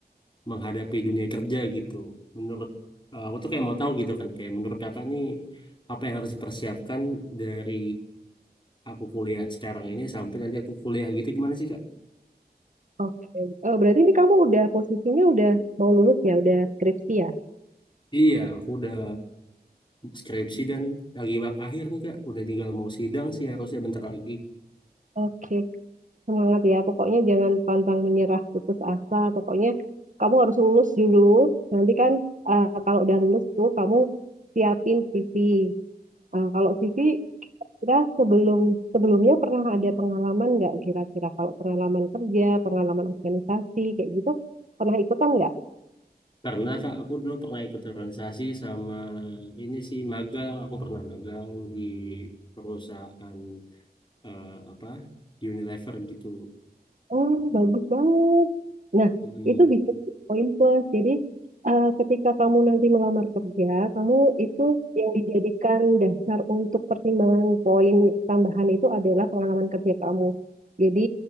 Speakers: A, on the left; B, on the right.
A: menghadapi dunia kerja gitu. Menurut eh, aku tuh kayak mau tahu gitu kan, kayak menurut Kakak nih apa yang harus dipersiapkan dari aku kuliah sekarang ini sampai nanti aku kuliah gitu gimana sih Kak?
B: Oke. Oh, berarti ini kamu udah posisinya udah mau lulus ya, udah skripsi ya?
A: Iya, aku udah skripsi dan lagi bab akhir nih Kak. Udah tinggal mau sidang sih harusnya bentar lagi.
B: Oke, semangat ya. Pokoknya jangan pantang menyerah, putus asa. Pokoknya kamu harus lulus dulu. Nanti kan eh, kalau udah lulus tuh kamu siapin CV. Nah, kalau CV kita sebelum sebelumnya pernah ada pengalaman nggak kira-kira? Kalau pengalaman kerja, pengalaman organisasi kayak gitu, pernah ikutan nggak?
A: Karena Kak, aku dulu pernah ikut organisasi sama ini sih magang. Aku pernah magang di perusahaan eh, apa Unilever gitu.
B: Oh, bagus banget. Nah,
A: mm
B: itu bisa jadi poin plus. Jadi, eh, ketika kamu nanti melamar kerja, kamu itu yang dijadikan dasar untuk pertimbangan poin tambahan itu adalah pengalaman kerja kamu. Jadi,